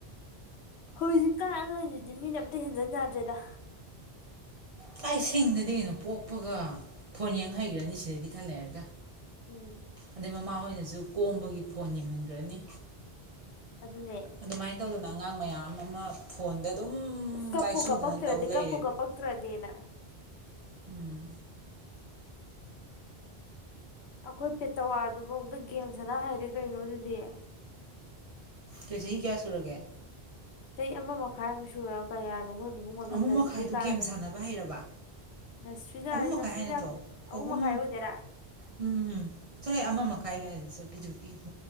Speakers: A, on the left (about 80°); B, on the right (about 45°).
A: ꯍꯧꯖꯤꯛꯀꯟ ꯑꯉꯡꯖꯤꯗꯤ ꯃꯤꯅ ꯑꯝꯇ ꯍꯦꯟꯖꯤꯟ ꯌꯥꯗ꯭ꯔꯦꯗ
B: ꯀꯥꯏ ꯁꯤꯡꯗꯗꯤ ꯀꯩꯅꯣ ꯄꯣꯛꯄꯒ ꯐꯣꯟ ꯌꯦꯡ ꯍꯩꯒ꯭ꯔꯅꯤ ꯁꯤꯗꯩꯗꯤ ꯈꯂꯦꯔꯒ
A: ꯎꯝ
B: ꯑꯗꯩꯩ ꯃꯃꯥ ꯍꯣꯏꯅ ꯑꯗꯨ ꯀꯣꯝꯕꯒꯤ ꯐꯣꯟ ꯌꯦꯡꯍꯟꯈ꯭ꯔꯅꯤ
A: ꯑꯗꯨꯅꯦ
B: ꯑꯗꯨꯃꯥꯏꯅ ꯇꯧꯗꯅ ꯑꯉꯥꯡ ꯃꯌꯥꯝ ꯑꯃ ꯐꯣꯟꯗ ꯑꯗꯨꯝ
A: ꯀꯞꯄꯨ
B: ꯂꯥꯏꯁꯨꯨꯗꯅ
A: ꯀꯞꯄꯛꯇ꯭ꯔꯗꯤ
B: ꯇꯧ ꯂꯩꯔꯦꯕ
A: ꯀꯞꯄꯨ ꯀꯞꯄꯛꯇ꯭ꯔꯗꯤꯅ
B: ꯎꯝ
A: ꯑꯩꯈꯣꯏ ꯄꯦꯇꯋꯥꯗꯨꯐꯧꯗ ꯒꯦꯝ ꯁꯅ ꯍꯥꯏꯔꯦ ꯀꯩꯅꯣ ꯑꯗꯨꯗꯤ
B: ꯀ ꯆꯍꯤ ꯀꯌꯥ ꯁꯨꯔꯒꯦ
A: ꯆꯍꯤ ꯑꯃ ꯃꯈꯥꯏꯃꯨꯛ ꯁꯨꯔ ꯀꯌꯥꯅꯣ ꯑꯩꯈꯣꯏ ꯏꯕꯨꯡꯉꯣꯗꯣ
B: ꯑꯃꯨ
A: ꯅꯁꯔꯤ
B: ꯃꯈꯥꯏꯗꯨ
A: ꯀꯥꯔꯕꯅꯦ
B: ꯒꯦꯝ ꯁꯥꯟꯅꯕ ꯍꯩꯔꯕ
A: ꯅꯁꯔꯤ ꯀꯥꯔꯦ
B: ꯑꯍꯨꯝ ꯃꯈꯥꯏ
A: ꯅꯁꯔꯤ
B: ꯍꯥꯏ ꯅꯠꯇ꯭ꯔꯣ
A: ꯀꯥꯕꯁꯦ
B: ꯑꯍꯨꯝ
A: ꯃꯈꯥꯏ ꯑꯣꯏꯗꯣꯏꯔꯥ
B: ꯎꯝ ꯎꯝ ꯁꯂꯥꯏ ꯑꯃ ꯃꯈꯥꯏꯒ ꯍꯥꯏꯗꯨ ꯆꯠ <unintelligible>